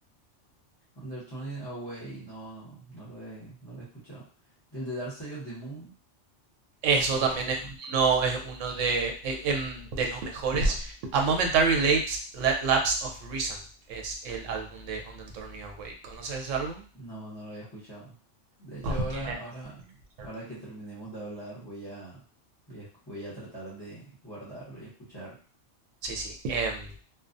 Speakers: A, on the left; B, on the right.
A: Under Turning Away, no, no, no lo he, no lo he escuchado. Del de Dark Side of the Moon,
B: Eso
A: oh.
B: también es uno, es uno de, eh, em, de los mejores. A Momentary Lapse, La- Lapse of Reason es el álbum de On the Turning Away. ¿Conoces ese álbum?
A: No, no lo había escuchado. De hecho,
B: Oh,
A: ahora,
B: tienes
A: ahora,
B: que conocerlo.
A: ahora que terminemos de hablar, voy a, voy a, esc- voy a tratar de guardarlo y escucharlo.
B: Sí, sí. Em,